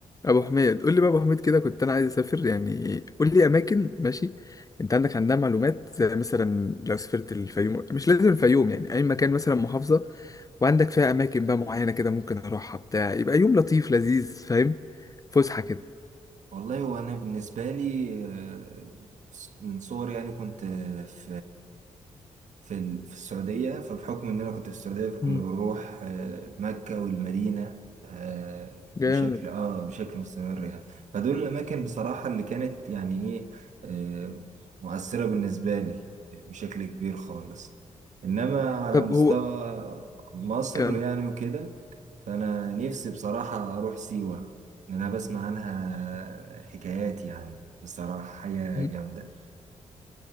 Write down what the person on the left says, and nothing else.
ابو حميد قول لي بقى ابو حميد كده كنت انا عايز اسافر يعني قول لي اماكن ماشي انت عندك عندها معلومات زي مثلا لو سافرت الفيوم مش لازم الفيوم يعني اي مكان مثلا محافظة وعندك فيها اماكن بقى معينة كده ممكن اروحها بتاع يبقى يوم لطيف لذيذ فاهم فسحة كده
مم.
جامد
طب
هو
كم
مم.